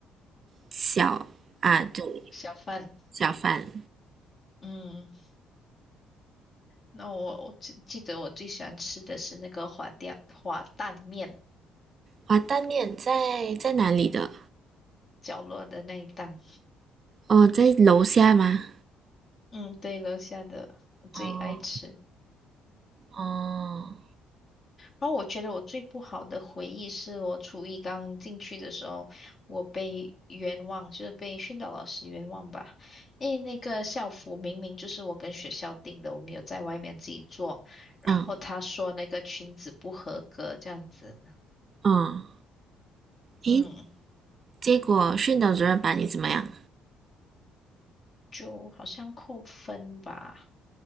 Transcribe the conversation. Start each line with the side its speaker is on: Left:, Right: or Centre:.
Right: 小啊，对，
Left: 小贩。
Right: 小饭
Left: 嗯，那我我记记得我最喜欢吃的是那个滑蛋滑蛋面
Right: 滑蛋面在在哪里的？
Left: 角落的那一档。
Right: 哦，在楼下吗？
Left: 嗯，对，楼下的我最爱吃。
Right: 哦哦，
Left: 然后我觉得我最不好的回忆是我初一刚进去的时候，我被冤枉，就是被训导老师冤枉吧。因为那个校服明明就是我跟学校订的，我们有在外面自己做，然后他说那个裙子不合格这样子，
Right: 嗯嗯，
Left: 嗯，
Right: 诶，结果训导主任把你怎么样？
Left: 就好像扣分吧。